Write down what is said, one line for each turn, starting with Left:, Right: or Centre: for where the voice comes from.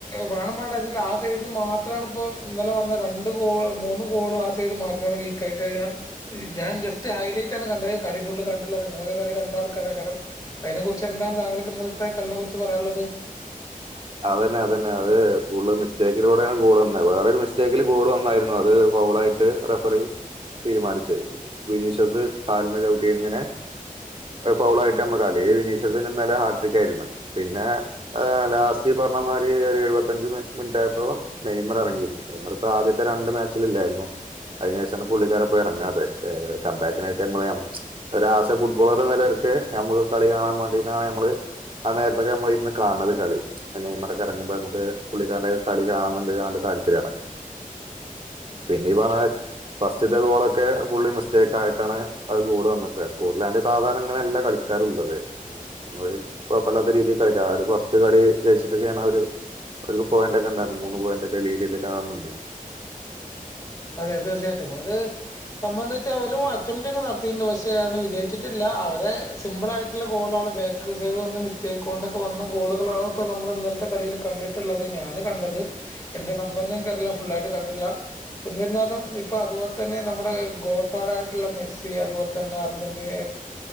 Left: വേണം ആ സൈസിന്ന് മാത്രമാണ് ഇപ്പോ ഇന്നല വന്ന രണ്ട് ഗോൾ മൂന്ന് ഗോളും ആ സൈഡ് മാത്രമാണ് വീക്ക് ആയി ഞാൻ ജസ്റ്റ് ഹൈലൈറ്റ് ആണ് കണ്ടത് കളി ഫുള്ള് കണ്ടില്ല നിങ്ങളൊക്കെ കളി കണ്ട ആൾക്കാര കാരണം അതിനെ കുറിച്ച് എന്താണ് താങ്കൾക്ക് ഇന്നലത്തെ കളിനെ കുറിച്ച് പറയാനുള്ളത്
Right: അതന്നെ അത തന്നെ അത്കൂടുതൽമിസ്റ്റേക്കിലൂടെയാണ് ഗോൾ വന്നത് വേറൊരു മിസ്റ്റേക്കില് ഗോൾ വന്നായിരുന്നു അത് ഫൗളായിട്ട് റെഫറി തീരുമാനിച്ചു വിനീഷസ് കാലുമ്മേ ചവുട്ടി ഇങ്ങനെ ഫൗള ആയിട്ട് മ്മക്ക് ഈ വിനീഷസത്തിന് ഇന്നലെ ഹാട് ബീറ്റ്ആയിരുന്നു പിന്നെ ലാസ്റ്റ് ഈ പറഞ്ഞ മാതിരി ഒരു എഴുപത്തഞ്ച് മിനിറ്റ് ആയപ്പോ നൈമർ ഇറങ്ങിയിരുന്നുനൈമറ്
Left: ഉം.
Right: ഇപ്പൊ ആദ്യത്തെ രണ്ട് മാച്ചില് ഇല്ലായിരുന്നു അതിനു ശേഷമാണ് പുള്ളിക്കാരപ്പോ ഇറങ്ങാതെ കംമ്പാക്കിനായിട്ട് ഞമ്മളെ ഒരു ആ സെ ഫുട്ബോളർ എന്ന നിലയി ഒക്കെ നമ്മുക്ക് കളി കാണാൻ വേണ്ടിട്ടാണ് നമ്മള് ആ നേരത്തൊക്കെ നമ്മൾ ഇന്ന് കാണുന്നത് കളി നെയ്മറൊക്കെ ഇറങ്ങുമ്പോ നമുക്ക് പുള്ളിക്കാരുടെ കളി കാണാന് നല്ല താല്പര്യമാണ് പിന്നെ ഈ പറഞ്ഞ
Left: അതെ
Right: ഫസ്റ്റത്തെ ഗോള് ക്ക് ഫുള്ളി മിസ്റ്റേക്ക് ആയിട്ടാണ് ഗോള് വന്നിട്ടുള്ളത് സ്കോട്ട്ലാൻറ് സാധാരണ ഇങ്ങനെയല്ല കളിക്കാറ് ഉള്ളത് നമ്മ ഇപ്പൊ വല്ലാത്ത രീതിൽ കളിക്കാം ആ ഒരു ഫസ്റ്റ് കളി ജയിച്ചിട്ടൊക്കെയാണ് അവര് ഒരു പോയിന്റ് ഒക്കെ ഉണ്ടായിരുന്നത് മൂന്ന് പോയിന്റ് ഒക്കെ ലീഡ് ചെയ്തിട്ടാണ് തന്നെയാണ്
Left: അതെ തീർച്ചയായിട്ടും അത് സംബന്ധി അവരും അറ്റംറ്റ് ഒക്കെ നടത്തിയിട്ടുണ്ട് പക്ഷെ വിജയിച്ചിട്ടില്ല അവരെ സിമ്പിൾ ആയിട്ടുള്ള ഗോള ബേക്ക വ മിസ്റ്റേക്ക് കൊണ്ടൊക്കെ വന്ന ഗോളുകളാണ് ഇപ്പൊ നമ്മൾ ഇന്നലത്തെ കളിൽ കണ്ടിട്ടുള്ളത് ഞാന് കണ്ടത് എന്തേ സംഭവം എന്ന്നക്കറില്ല ഫുൾആയിട്ട് കണ്ടില്ല എന്നിരുന്നാലും ഇപ്പൊ അതുപോലെ തന്നെ നമ്മുടെ ഗോട്ടാടായിട്ടുള്ള മെസ്സി അതുപോലെ തന്നെ അർജന്റീന